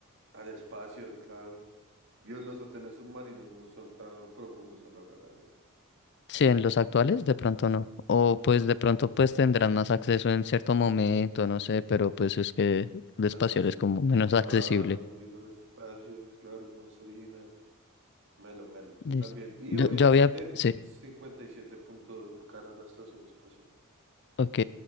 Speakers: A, on the right; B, on the left.
A: al espacio, claro. Dios, los hoteles submarinos no son tan profundos a la hora, la verdad.
B: Sí, en los actuales de pronto no. O pues de pronto pues tendrán más acceso en cierto momento, no sé, pero pues es que el
A: La
B: espacial
A: estación,
B: es como menos
A: claro,
B: <laughs> accesible.
A: ir al espacio, claro, es más original. Melo, melo, yo
B: Listo.
A: también. Y
B: Yo,
A: obviamente
B: yo había, sí,
A: 57 puntos gana la estación espacial.
B: ok.